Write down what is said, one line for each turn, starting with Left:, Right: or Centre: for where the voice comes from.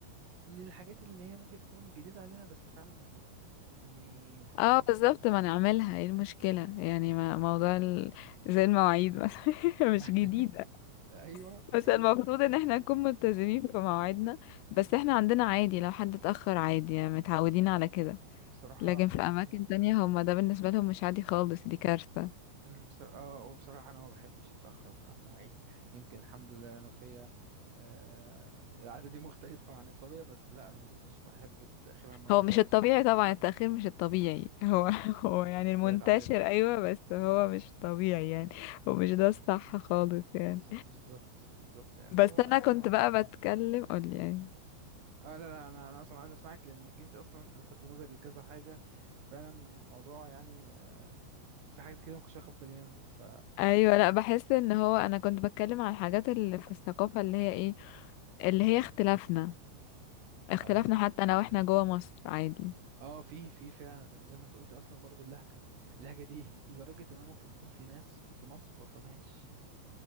Right: من الحاجات اللي هي ممكن تكون جديدة علينا بس فعلا مفيدة يعني
Left: اه بالظبط ما نعملها ايه المشكله يعني ما موضوع ال... زي المواعيد مثلا <laughs>
Right: <laughs>
Left: مش جديده
Right: أيوه
Left: بس
Right: أيوه
Left: المفروض ان احنا نكون ملتزمين في مواعيدنا بس احنا عندنا عادي لو حد اتاخر عادي يعني متعودين على كده
Right: بصراحة
Left: لكن في اماكن
Right: إمم.
Left: تانية هما ده بالنسبه لهم مش عادي خالص دي كارثه
Right: امم بصراحة اه وبصراحة انا ما بحبش اتأخر عن مواعيد يمكن الحمد لله انا فيا آه العادة دي <laughs> مختلفة عن الطبيعة بس لا انا مش بحب التأخير عن مواعيد
Left: هو
Right: خالص
Left: مش الطبيعي طبعا التأخير مش الطبيعي
Right: بالظبط
Left: هو <laughs> هو يعني
Right: آه،
Left: المنتشر
Right: بقت عادتنا
Left: أيوة بس هو مش
Right: مم.
Left: طبيعي يعني ومش ده الصح خالص يعني
Right: بز- بالظبط بالظبط لان
Left: بس
Right: هو
Left: أنا كنت بقى بتكلم قولي يعني
Right: اه لا لا انا انا اصلا عايز اسمعك لانك انت اصلا لفتت نظري لكذا حاجة فعلا الموضوع يعني آه، في حاجات كده ما كنتش واخد بالي منها ف
Left: أيوة أيوة، لأ بحس إن هو أنا كنت بتكلم على الحاجات اللي في الثقافة اللي هي إيه اللي هي اختلافنا اختلافنا
Right: ايوه
Left: حتى أنا وإحنا جوا مصر عادي
Right: اه في في فعلا زي ما انت قلت اصلا برضو اللهجه اللهجه دي <laughs> لدرجه ان انا ممكن يكون في ناس في مصر ما فهمهاش